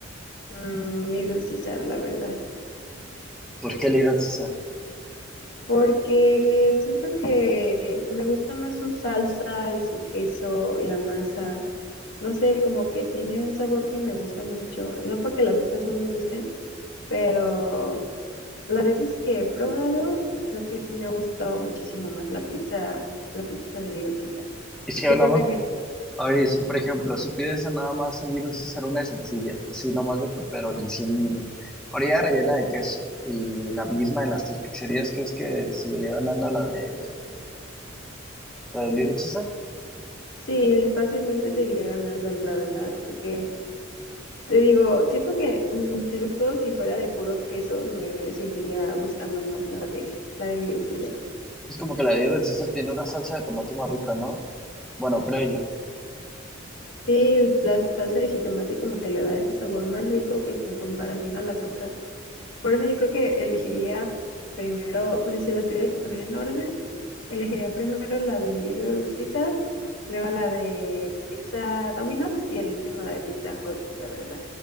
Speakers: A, on the left; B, in the centre.
A: Mm, Little Caesar, la verdad.
B: ¿Por qué el Little Caesar?
A: Porque siento que me gusta más su salsa y su queso y la masa. No sé, como que tiene un sabor que me gusta mucho. No porque las otras no me gusten, pero las veces que he probado, creo que sí me ha gustado muchísimo más la pizza, la pizza de Little Caesar.
B: Y si hablamos,
A: ¿Tú cuál prefieres?
B: a ver, si, por ejemplo, si pides nada más el Little Caesar, una sencilla, así nomás de pepperoni, sin orilla rellena de queso, y la misma de las tres pizzerías, ¿crees que seguiría ganando la de, la de Little Caesar?
A: Sí, fácilmente seguiré ganando, la verdad, porque Te digo, siento que incluso si fuera de puro queso, me seguiría gustando más la de la de Little Caesar.
B: Es como que la de Little Caesar tiene una salsa de tomate más rica, ¿no? Bueno, creo yo.
A: Sí, la salsa de jitomate como que le da ese sabor más rico que en comparación a las otras. Por eso yo creo que elegiría primero, o sea, si las tuviera que poner en orden, elegiría primero la de Little Caesar, luego la de Pizza Domino's y el último la de Pizza Hut, la verdad.